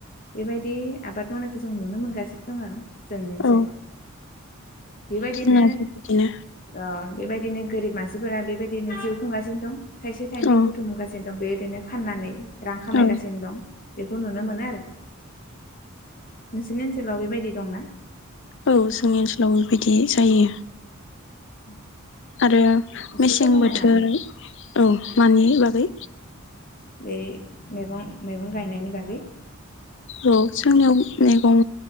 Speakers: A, on the left; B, on the left.
A: बेबायदि आबाद मावनायखौ जों नुनो मोनगासिनो दं आरो। जोंनि ओनसोलाव
B: औ
A: बेबायदिनो
B: जोंनाबो बिदिनो
A: ओ बेबायदिनो गोरिब मानसिफोरा बेबायदिनो जिउ खुंगासिनो दं। थाइसे थाइनै
B: औ
A: बुथुम गासिनो दं बे दिनो फाननानै रां खामायगासिनो
B: औ
A: दं। बेखौ नुनो मोनो आरो नोंसोनि ओनसोलाव बेबायदि दंना
B: औ जोंनि ओनसोलाव बेबायदि जायो
A: <inaudible>
B: आरो
A: एसे
B: मेसें
A: फोरमायना
B: बोथोर
A: होनो हागोन
B: औ मानि बागै?
A: बे मैगं मैगं गायनायनि बागै
B: औ जोंनियाव मैगं